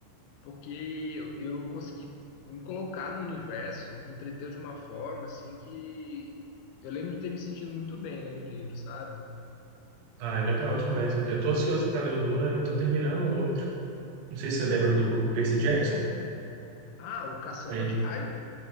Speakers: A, on the left; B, on the right.
A: porque eu, eu consegui me colocar no universo, me entreteu de uma forma assim que eu lembro de ter me sentido muito bem lendo o livro, sabe?
B: Ah, é legal demais. Eu tô ansioso para ler o Duna. Eu tô terminando um outro. Não sei se você lembra do Percy Jackson.
A: Ah, o Caçador
B: Aí,
A: de Raios?